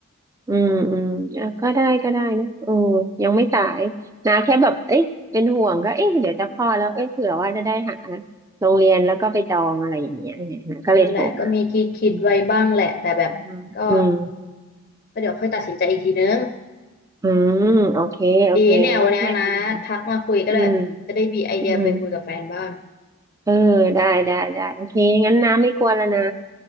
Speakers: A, on the right; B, on the left.
A: อืมอืมอ่ะก็ได้ก็ได้เนอะเออยังไม่สายนะแค่แบบเอ๊ะเป็นห่วงก็เอ๊ะเดี๋ยวจะคลอดแล้วเอ๊ะเผื่อว่าจะได้หาโรงเรียนแล้วก็ไปจองอะไรอย่างเงี้ยไงนะก็เลยโทรมา
B: นั่นแหละก็มีคิดคิดไว้บ้างแหละแต่แบบก็
A: อืมอืมอืม
B: ก็เดี๋ยวค่อยตัดสินใจอีกทีนึง
A: อืมโอเคโอเค
B: ดีเนี่ยวันนี้นะทักมาคุยก็เลยจะได้มีไอเดียไปคุยกับแฟนบ้าง
A: ไม่มีอืมอืมเออได้ได้ได้โอเคงั้นน้ำไม่กลัวแล้วนะ